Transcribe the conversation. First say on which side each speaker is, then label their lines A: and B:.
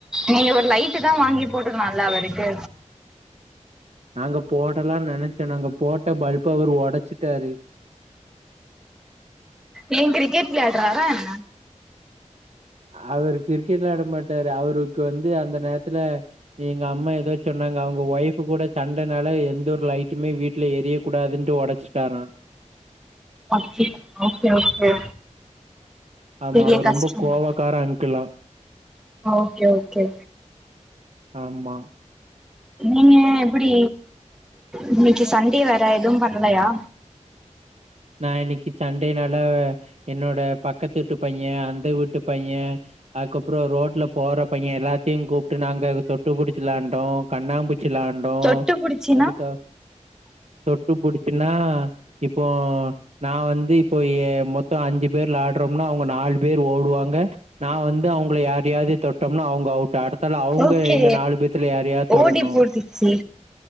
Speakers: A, in the centre; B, on the right.
A: நீங்க ஒரு லைட்டு தா வாங்கி போட்டிருகலாம்ல அவருக்கு
B: நாங்க போடலான் நெனச்சோ நாங்க போட்ட பல்ப அவரு ஒடச்சிட்டாரு
A: ஏ கிரிக்கெட் விளையாட்ராரா என்ன
B: அவரு கிரிக்கெட் விளையாட மாட்டாரு அவருக்கு வந்து அந்த நேரத்துல எங்க அம்மா ஏதோச் சொன்னாங்க அவுங்க ஒய்ஃப் கூட சண்டனால எந்த ஒரு லைட்டுமே வீட் ல எரியக் கூடாதுன்ட்டு ஒடச்சிட்டாரா
A: அப்டியா ஓகே ஓகே
B: ஆமா
A: பெரிய
B: அவர்
A: கஷ்டந்தா
B: ரொம்ப கோவக்கார அங்கிள்லா
A: ஓகே ஓகே
B: ஆமா
A: நீங்க எப்டி இன்னைக்கி சண்டே வேற எதுவு பண்ணலயா
B: நா இன்னைக்கி சண்டைனால என்னோட பக்கத்து வீட்டு பையே அந்த வீட்டு பையே அதுக்கப்றோ ரோட்ல போற பையே எல்லாத்தையு கூப்டு நாங்க தொட்டு புடிச்சி விளாண்டோ கண்ணாம்பூச்சி விளாண் டோ
A: தொட்டு புடிச்சினா
B: அதுக்கு தொட்டு புடிச்சினா இப்போ நா வந்து இப்போ எ மொத்தோ அஞ்சு பேர் வெளாடுறோம்னா அவங்க நாலு பேர் ஓடுவாங்க நா வந்து அவங்கள யாரையாது தொட்டோம்னா அவங்க அவுட் அடுத் தால அவங்க
A: ஓகே
B: எங்க நாலு பேத்துல யாரையாது தொடணு
A: ஓடி புடிச்சி